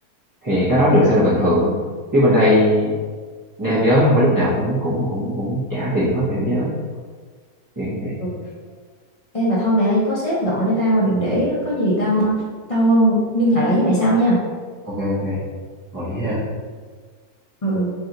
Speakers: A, on the right; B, on the left.
A: thì cái đó được xem là bình thường á. chứ bên đây nam giới không phải lúc nào cũng cũng cũng cũng trả tiền hết cho nữ giới kiểu như vậy
B: Ừ. Ê mà thôi mẹ ơi, có sếp gọi cho tao rồi để có gì tao tao liên hệ lại với mày sau nha.
A: ok ok rồi vậy ha
B: Ừ.